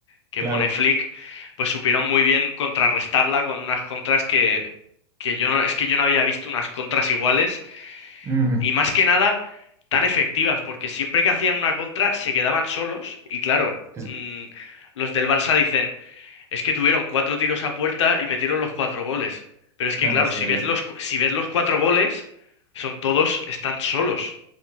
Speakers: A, on the left; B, on the right.
A: que
B: Claro.
A: pone Flick, pues supieron muy bien contrarrestarla con unas contras que, que yo no, es que yo no había visto unas contras iguales
B: Mm,
A: y más que nada tan efectivas, porque siempre que hacían una contra se quedaban solos y claro,
B: es,
A: mm, los del Barça dicen es que tuvieron cuatro tiros a puerta y metieron los cuatro goles. Pero
B: <laughs>
A: es que,
B: ajá,
A: claro,
B: es
A: si
B: verdad.
A: ves los, cu- si ves los cuatro goles, son todos, están solos.